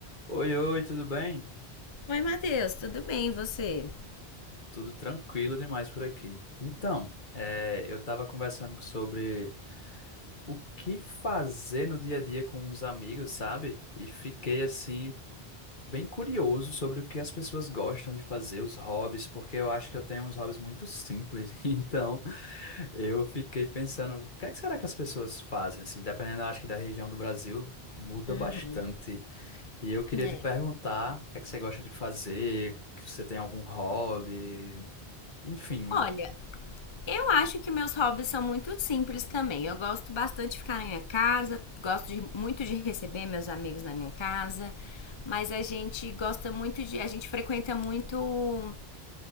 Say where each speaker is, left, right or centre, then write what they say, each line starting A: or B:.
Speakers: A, on the left (about 50°); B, on the left (about 35°).
A: Oi, oi, tudo bem?
B: Oi, Matheus, tudo bem e você?
A: Tudo tranquilo demais por aqui. Então, eh, eu estava conversando sobre o que fazer no dia a dia com os amigos, sabe? E fiquei assim, bem curioso sobre o que as pessoas gostam de fazer, os hobbies, porque eu acho que eu tenho uns hobbies muito simples. <laughs> Então, eu fiquei pensando, o que é que será que as pessoas fazem? Assim, dependendo, eu acho que da região do Brasil, muda
B: Uhum.
A: bastante. E eu queria
B: É.
A: te perguntar, o que é que você gosta de fazer? que Você tem algum hobby? Enfim,
B: Olha, eu acho que meus hobbies são muito simples também. Eu gosto bastante de ficar na minha casa, gosto de- muito de receber meus amigos na minha casa, mas a gente gosta muito de. A gente frequenta muito